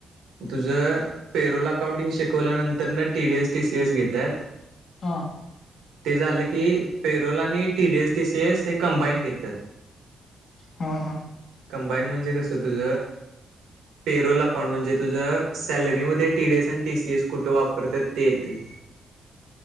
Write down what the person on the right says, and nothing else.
तुझं पेरोल अकाउंटिंग शिकवल्यानंतर ना टीडीएस टीसीएस घेतात.
ते झालं की पेरोल आणि टीडीएस टीसी एस हे कंबाईन घेतात.
कंबाईन म्हणजे कसं तुझ. पेरोोल अकाउंट म्हणजे तुझं सॅलरीमध्ये टीडीस आणि टीसीएस कुठे वापर. परत्यात ते येतंय